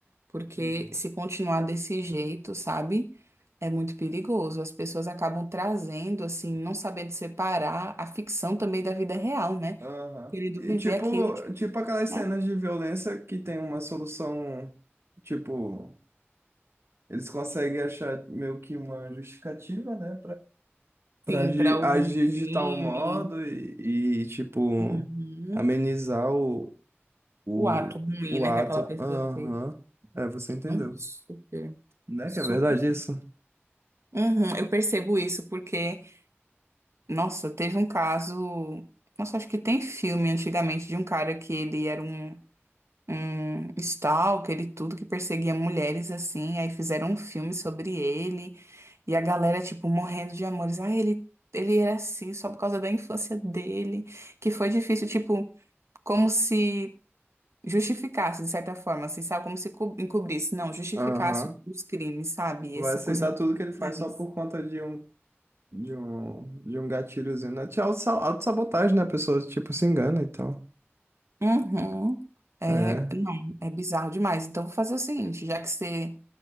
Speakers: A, on the right (about 85°); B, on the right (about 65°).
A: Porque
B: Uhum.
A: se continuar desse jeito, sabe? É muito perigoso. As pessoas acabam trazendo, assim, não sabendo separar a ficção também da vida real, né?
B: Aham.
A: Querendo
B: E
A: viver
B: tipo,
A: aquilo, tipo,
B: tipo aquelas
A: né?
B: cenas de violência que tem uma solução, tipo, eles conseguem achar meio que uma justificativa, né, Pra
A: Sim,
B: agi-
A: para algum
B: agir
A: crime.
B: de tal modo e, e, tipo,
A: Uhum.
B: amenizar o, o,
A: O ato ruim,
B: o
A: né,
B: ato.
A: que aquela pessoa
B: Aham.
A: fez.
B: É, você entendeu.
A: Hum, super,
B: né
A: super.
B: que é verdade
A: super.
B: isso?
A: Uhum, eu percebo isso porque, nossa, teve um caso. Nossa, acho que tem filme antigamente de um cara que ele era um um stalker e tudo que perseguia mulheres assim. Aí fizeram um filme sobre ele e a galera, tipo, morrendo de amores. Ah, ele, ele era assim só por causa da infância dele, que foi difícil, tipo, como se justificasse de certa forma, assim, sabe? Como se co- encobrisse, não, justificasse
B: Aham.
A: os crimes, sabe?
B: Vai
A: Essa
B: aceitar
A: coisa do
B: tudo que ele
A: bizarrice.
B: faz só por conta de um, de um, de um gatilhozinho, né? Tinha auto- auto-sabotagem, né? A pessoa, tipo, se engana e tal.
A: Uhum. É,
B: É.
A: não, é bizarro demais. Então, vou fazer o seguinte, já que você